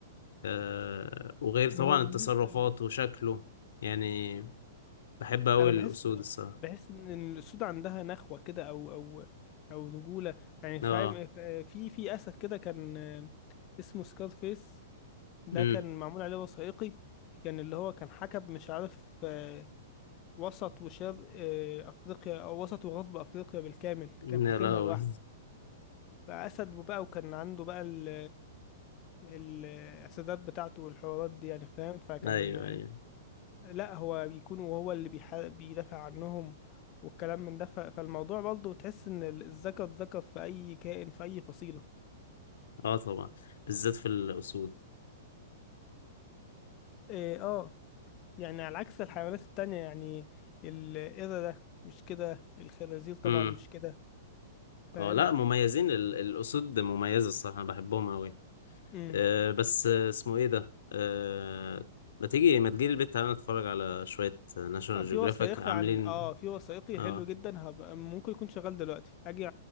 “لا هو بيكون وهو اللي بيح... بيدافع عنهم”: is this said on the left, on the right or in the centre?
Left